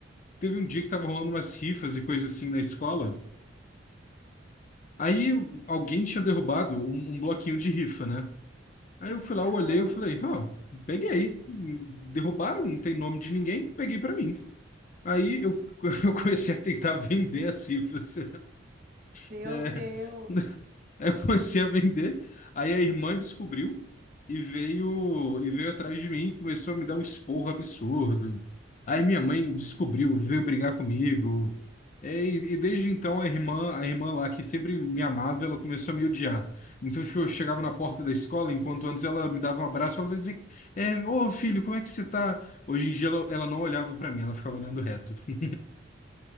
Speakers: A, on the left; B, on the right.
A: teve um dia que tava rolando umas rifas e coisa assim na escola. Aí alguém tinha derrubado um, um bloquinho de rifa, né? Aí eu fui lá,
B: Aham.
A: eu olhei, eu falei, ó, peguei. Derrubaram, não tem nome de ninguém, peguei pra mim. Aí eu, <laughs> eu comecei a tentar vender as rifas.
B: Meu
A: <laughs> É.
B: Deus.
A: Aí eu comecei a vender. Aí a irmã descobriu e veio e veio atrás de mim, e começou a me dar um esporro absurdo. Aí minha mãe descobriu, veio brigar comigo. É, E, e desde então a irmã, a irmã lá que sempre me amava, ela começou a me odiar. Então, tipo, eu chegava na porta da escola, enquanto antes ela me dava um abraço, ela dizia, é, ô filho, como é que você tá? Hoje em dia ela, ela não olhava pra mim, ela ficava olhando reto. <laughs>